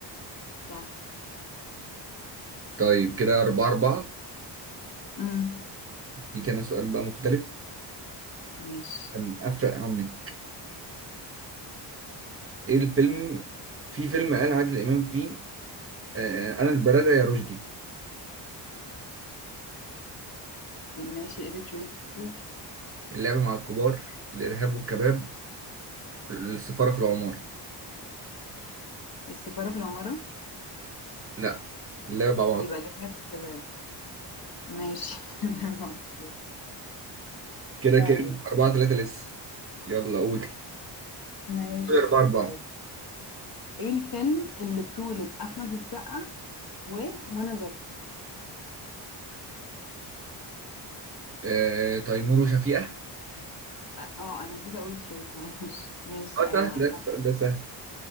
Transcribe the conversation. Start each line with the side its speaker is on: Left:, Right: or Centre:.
Left: صح
Right: طيب كده أربعة أربعة
Left: امم
Right: دي كان سؤال بقى مختلف
Left: ماشي
Right: كان أفرق عنك إيه الفيلم في فيلم قال عادل إمام فيه آه أنا البلدة يا رشدي
Left: ماشي ايه التشويسز
Right: اللعبة مع الكبار الإرهاب والكباب السفارة في العمارة
Left: السفارة في العمارة
Right: لا اللعبة مع الكبار
Left: يبقى الإرهاب والكباب ماشي <laughs> لا مذكور
Right: كده
Left: طيب
Right: كام أربعة تلاتة لسه يلا قول
Left: ماشي
Right: قول أربعة أربعة
Left: طيب ايه الفيلم اللي بطولة أحمد السقا ومنى زكي
Right: آه تيمور وشفيقة
Left: اه آه، انا نسيت اقول تشويس معلش ماشي
Right: أه
Left: ايوه
Right: سهل
Left: هو
Right: ده
Left: صح
Right: السؤال ده سهل